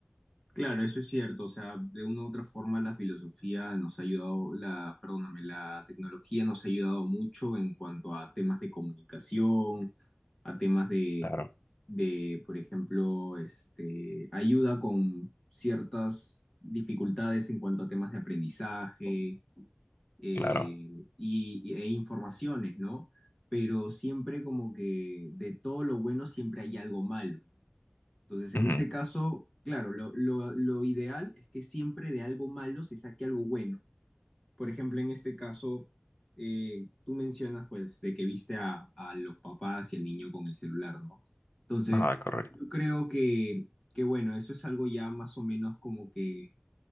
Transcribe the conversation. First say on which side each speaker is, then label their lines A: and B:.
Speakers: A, on the left; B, on the left.
A: Claro, eso es cierto. O sea, de una u otra forma la filosofía nos ha ayudado, la, perdóname, la tecnología nos ha ayudado mucho en cuanto a temas de comunicación, a temas de,
B: Claro,
A: de, por ejemplo, este, ayuda con ciertas dificultades en cuanto a temas de aprendizaje eh,
B: claro.
A: y, y- e informaciones, ¿no? Pero siempre como que de todo lo bueno siempre hay algo malo. Entonces, en
B: Ujú.
A: este caso, claro, lo, lo- lo ideal es que siempre de algo malo se saque algo bueno. Por ejemplo, en este caso, eh, tú mencionas, pues, de que viste a, a los papás y al niño con el celular, ¿no? Entonces,
B: Ajá, correcto.
A: yo creo que, que, bueno, eso es algo ya más o menos como que